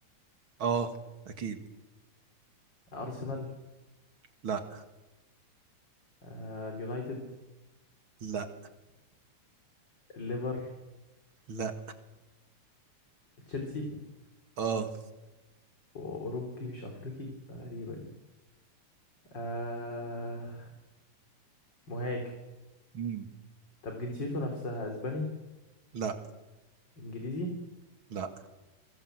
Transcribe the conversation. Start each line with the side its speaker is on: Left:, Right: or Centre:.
Right: اه اكيد
Left: ارسنال
Right: لا
Left: آه اليونايتد
Right: لا
Left: الليفر
Right: لا
Left: تشيلسي
Right: اه
Left: أوروبي مش أفريقي ده غريبة دي آه... مهاجم
Right: مم.
Left: طب جنسيته نفسها أسباني
Right: لا
Left: إنجليزي
Right: لا